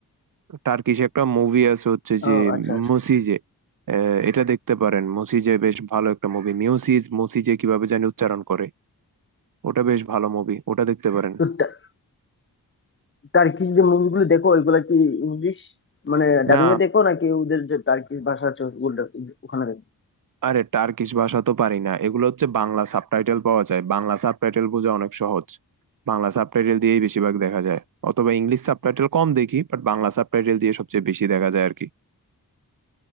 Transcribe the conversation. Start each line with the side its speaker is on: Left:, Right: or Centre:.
Right: টার্কিশ একটা মুভি আছে হচ্ছে যে
Left: ও আচ্ছা আচ্ছা
Right: মুসিজে আহ, এটা দেখতে পারেন মুসিজে বেশ ভালো একটা মুভি মিউসিজ মুসিজে কিভাবে জানি উচ্চারণ করে ওটা বেশ ভালো মুভি ওটা দেখতে পারেন
Left: তো টা- টার্কিশ যে মুভিগুলো দেখো ওইগুলা কি ইংলিশ মানে ডাবিং
Right: না
Left: এ দেখো নাকি ওদের যে টার্কিশ ভাষা আছে ওগুলো ওখানে দেখো
Right: আরে টার্কিশ ভাষা তো পারি না এগুলো হচ্ছে বাংলা সাবটাইটেল পাওয়া যায় বাংলা সাবটাইটেল বোঝা অনেক সহজ বাংলা সাবটাইটেল দিয়েই বেশিরভাগ দেখা যায় অথবা ইংলিশ সাবটাইটেল কম দেখি বাট বাংলা সাবটাইটেল দিয়ে সবচেয়ে বেশি দেখা যায় আর কি